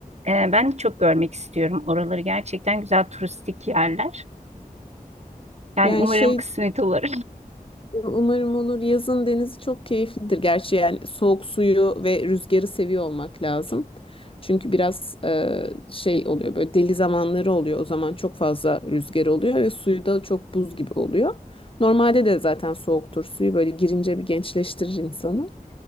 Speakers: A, on the right (about 45°); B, on the left (about 35°).
A: Ee, ben çok görmek istiyorum. Oraları gerçekten güzel turistik yerler. Yani
B: Yani
A: umarım
B: şey
A: kısmet olur.
B: Umarım olur. Yazın denizi çok keyiflidir. Gerçi yani soğuk suyu ve rüzgarı seviyor olmak lazım. Çünkü biraz e, şey oluyor böyle deli zamanları oluyor. O zaman çok fazla rüzgar oluyor ve suyu da çok buz gibi oluyor. Normalde de zaten soğuktur suyu böyle girince bir gençleştirir insanı.